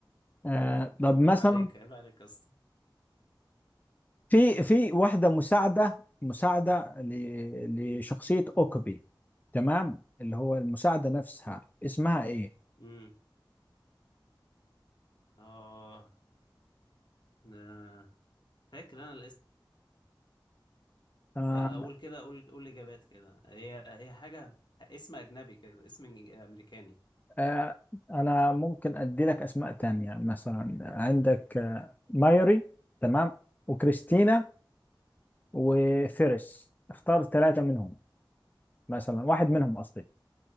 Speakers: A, on the left; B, on the left.
A: آه طب مثلا
B: عيب عليك عيب عليك يا اسطى
A: في في واحدة مساعدة مساعدة ل- لشخصية اوكابي تمام اللي هو المساعدة نفسها اسمها ايه؟
B: امم اه آه. فاكر انا
A: آه
B: لا اقول كده اقول قول اجابات كده هي هي حاجه اسم اجنبي كده اسم امريكاني
A: آه انا ممكن ادي لك اسماء تانية مثلا عندك آه، مايري تمام وكريستينا وفيرس اختار ثلاثة منهم مثلا واحد منهم قصدي